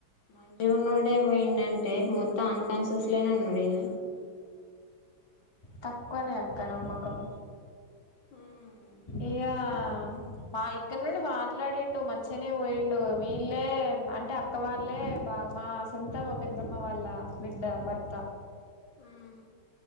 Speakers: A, on the left; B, on the left.
A: మంన్నోడే పోయిండంటే మొత్తం అన్కాన్షిసేస్ లనే ఉన్నాడు ఈన
B: తక్కువనే అక్క నమ్మకం
A: ఉమ్
B: ఇగా మా ఇక్కడి నుండి మాట్లాడిండు మంచిగానే పోయిండు వీళ్ళే అంటే అక్క వాళ్ళే బ మా సొంతం మా పెద్దమ్మ వాళ్ళ బిడ్డ భర్త
A: ఉమ్